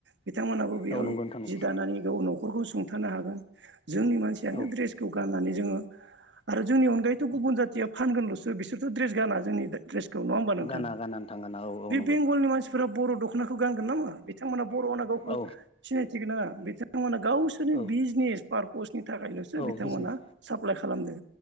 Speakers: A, on the right; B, on the left.
A: बिथांमोन हाबो बेयाव
B: औ नंगौ नोंथां नंगौ
A: जि दानानै गाव न'खरखौ सुंथानो हागोन। जोंनि मानसियानो
B: औ
A: दड्रेसखौ गाननानै जोङो। आरो जोंनि अनगायैथ गुबुन जाथिया फानगोनलसो बिसोर ड्रेस गाना जोंनि्रेस। नङा हबा नोंथां
B: गाना गाना नोंथां गाना औ औ
A: बे
B: नंगौ
A: बेंगलनि मानसि। बर' दख' नाखौ गानगोन नामा बिथांमोना बर'होनना गावखौ
B: औ
A: सिनायथिहोगोना होआ बिथांमोना। गावसोरनि
B: औ
A: बिजनेस पार्पसनि। थाखायलसो
B: औ
A: बिथांमोना
B: बिजनेस
A: साप्लाइ खालामदों